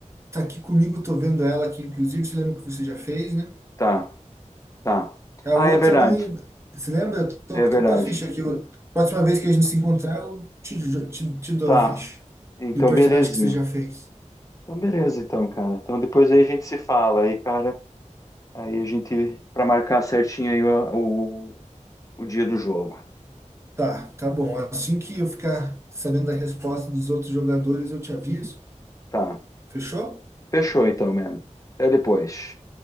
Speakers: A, on the right; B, on the left.
A: tá aqui comigo, tô vendo ela aqui, inclusive, você lembra que você já fez, né?
B: Tá, tá.
A: A
B: Ah,
A: outra
B: é verdade.
A: não. Você lembra? Eu tô,
B: É
A: tô
B: verdade.
A: com a ficha aqui. Eu- próxima vez que a gente se encontrar, eu te, te, te dou
B: Tá.
A: a ficha
B: Então,
A: do personagem
B: belezinha.
A: que você já fez.
B: Então, beleza, então, cara. Então, depois aí a gente se fala aí, cara. Aí a gente, pra marcar certinho aí o, o, o dia do jogo.
A: Tá, tá bom. Assim que eu ficar sabendo da resposta dos outros jogadores, eu te aviso.
B: Tá.
A: Fechou?
B: Fechou, então, mano. Até depois.